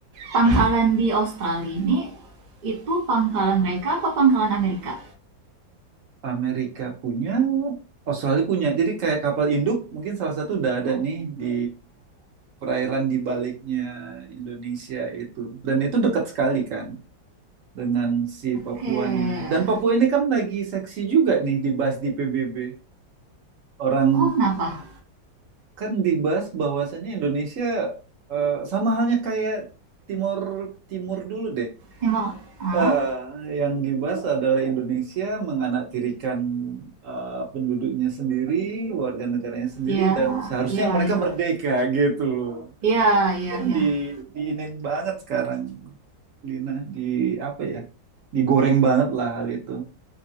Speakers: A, on the right; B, on the right.
A: pangkalan di Australia ini itu pangkalan mereka apa pangkalan Amerika?
B: Amerika punya, Australia punya. Jadi kayak kapal induk mungkin salah satu udah ada nih di perairan di baliknya Indonesia itu. Dan itu dekat sekali kan dengan si Papuanya.
A: Oke,
B: Dan Papua ini kan lagi seksi juga nih dibahas di PBB. Orang
A: oh kenapa?
B: kan dibahas bahwasannya Indonesia eh, sama halnya kayak Timur Timur dulu deh.
A: Timor, ah,
B: Eh, yang dibahas adalah Indonesia menganaktirikan eh, penduduknya sendiri, warga negaranya sendiri,
A: ya,
B: dan seharusnya
A: ya,
B: mereka
A: ya,
B: merdeka gitu loh.
A: ya, ya,
B: Kan
A: ya.
B: di diinin banget sekarang, Lina, di apa ya? Digoreng banget lah hal itu.